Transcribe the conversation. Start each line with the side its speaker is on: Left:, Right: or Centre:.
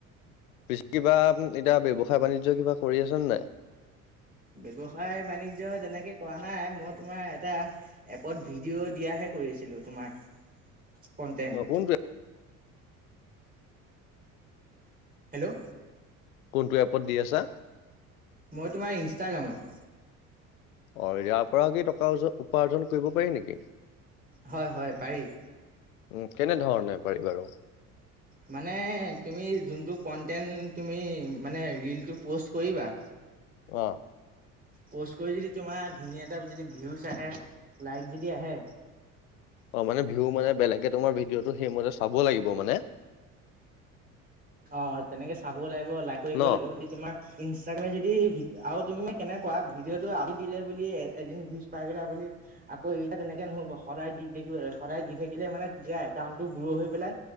Left: পিছে কিবা এতিয়া ব্যৱসায় বাণিজ্য কিবা কৰি আছে নে নাই?
Right: ব্যৱসায় বাণিজ্য তেনেকে কৰা নাই, মই তোমাৰ এটা', এপত ভিডিঅ' দিয়াহে কৰি ছিলো তোমাৰ, কণ্টেণ্ট',
Left: অ', কোনটো
Right: হেল্ল',
Left: কোনটো এপত দি আছা?
Right: মই তোমাৰ ইনষ্টাগ্ৰামত',
Left: অ', ইয়াৰ পৰাও কি টকা ওজ - উপাৰ্জন কৰিব পাৰি নেকি?
Right: হয়', - হয়', পাৰি',
Left: উম', কেনে ধৰণে পাৰি বাৰু?
Right: মানে তুমি যোনটো কণ্টেণ্ট তুমি মানে ৰীলটো পোষ্ট কৰিবা',
Left: অ',
Right: পোষ্ট কৰি যদি তোমাৰ ধুনীয়া এটা যদি ভিউচ আহে, লাইক যদি আহে',
Left: অ', মানে ভিউ মানে বেলেগে তোমাৰ ভিডিঅ'টো সেই মতে চাব লাগিব মানে?
Right: অ', তেনেকে চাবও লাগিব লাইক কৰিবই
Left: ন
Right: লাগিব যে তোমাৰ', ইনষ্টাগ্ৰামে যদি ভিডি আৰু তুমি মান কেনেকে কৰা ভিডিঅ'টো আজি দিলে বুলি এ', - এদিন ভিউজ পাই গ'লা বুলি', আকৌ এতিয়া তেনেকে নহ'ব সদায় দি থাকিব লাগে সদায় দি থাকিলে মানে যাই একাউণ্টটো গ্ৰো হৈ পেলাই',